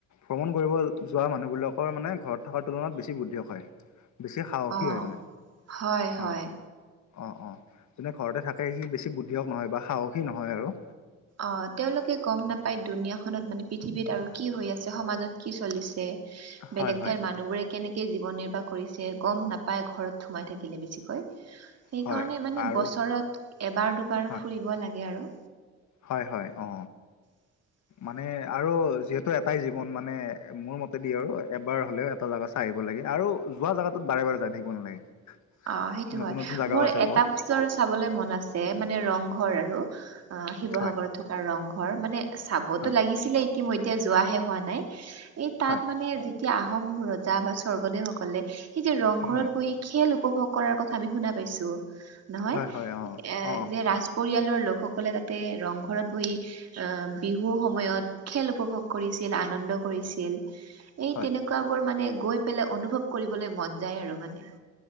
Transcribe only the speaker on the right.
অ
হয় হয়
অ তেওঁলোকে গম নাপায় দুুনীয়াখনত মানে পৃথিৱীত আৰু কি হৈ আছে সমাজত কি চলিছে
বেলেগ
ঠাইৰ মানুহবোৰে কেনেকে জীৱন নিৰ্বাহ কৰিছে গম নাপাই ঘৰত সোমাই থাকিলে বেছিকৈ সেইকাৰণে
মানে
বছৰত এবাৰ দুবাৰ
ফুৰিব লাগে আৰু
<inaudible>
অ' সেইটো
হয়
মোৰ
এটা
বস্তু। আৰু চাবলৈ মন আছে, মানে ৰংঘৰ আৰু অ শিৱসাগৰত
থকা ৰংঘৰ মানে। চাবতো
লাগিছিলেই ইতিমধ্যে যোৱাহে হোৱা নাই, এই তাত
মানে। এতিয়া আহোম ৰজা বা স্বৰ্গদেউসকলে সেই যে ৰংঘৰত
বহি খেল। উপভোগ কৰাৰ কথা আমি শুনা পাইছো নহয়
এ'
পৰিয়ালৰ লোকসকলে তাতে ৰংঘৰত বহি। আহ বিহুৰ সময়ত খেল উপভোগ কৰিছিল, আনন্দ কৰিছিল। এই
তেনেকুৱ বোৰ মানে গৈ পেলাই অনুভৱ কৰিবলৈ মন যায় আৰু মানে।